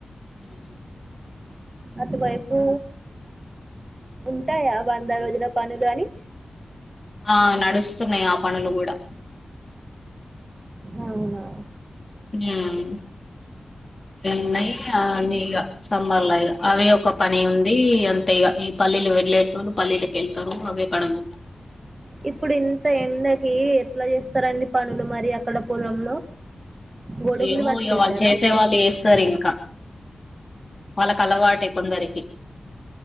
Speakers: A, on the left; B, on the right.
A: హ్
B: అటు వైపూ ఉంటాయా వంద రోజుల పనులు అని
A: ఆ నడుస్తున్నయి ఆ పనులు కూడా
B: అవునా
A: మ్ వెన్నై ఆ అన్నీ ఇగ సమ్మర్ల ఇగ అవి ఒక పని ఉంది అంటే ఇగ ఈ పల్లీలు వెళ్లేటోళ్ళు పల్లీలకెళ్తరు అవి పడకుండ
B: ఇప్పుడు ఇంత ఎండకి ఎట్లా చేస్తరండి పనులు మరి అక్కడ పొలంలో గొడుగులు
A: ఏమో
B: పట్టుకుంటారా
A: ఇగ వాళ్ళు చేసే వాళ్ళు చేస్తరింక వాళ్ళక్ అలవాటే కొందరికి